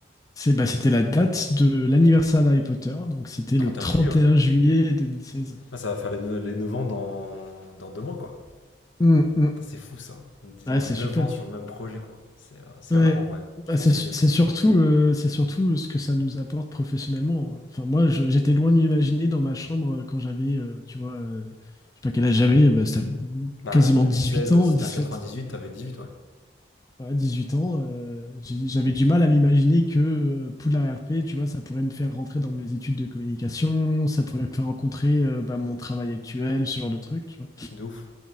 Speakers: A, on the left; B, on the left.
A: C'est, bah, c'était la date de l'anniversaire d'Harry Potter, donc c'était
B: trente
A: le 31
B: et un juillet, ouais.
A: juillet 2016.
B: Ah, ça va faire les 9, les 9 ans dans, dans 2 mois, quoi.
A: Mm, mm.
B: Putain, c'est fou, ça. 10
A: Ouais,
B: ans,
A: c'est
B: 9
A: super.
B: ans sur le même projet, quoi. C'est euh, c'est
A: Ouais.
B: rare, en vrai.
A: Bah,
B: Je pense
A: c'est
B: que
A: c'est
B: des pros.
A: surtout, euh, c'est surtout ce que ça nous apporte professionnellement. Enfin, moi, je- j'étais loin de m'imaginer dans ma chambre euh, quand j'avais, euh, tu vois, euh, je sais pas quel âge j'avais, euh, bah, c'était
B: Bah,
A: quasiment
B: deux
A: 18
B: mille seize
A: ans,
B: si
A: 17.
B: t'es un huit t'avais dix-huit ouais.
A: Ouais, 18 ans, euh, j'ai- j'avais du mal à m'imaginer que euh, Poudlard RP, tu vois, ça pourrait me faire rentrer dans mes études de communication, ça pourrait me faire rencontrer euh, bah, mon travail actuel, ce genre de truc, tu vois.
B: De ouf.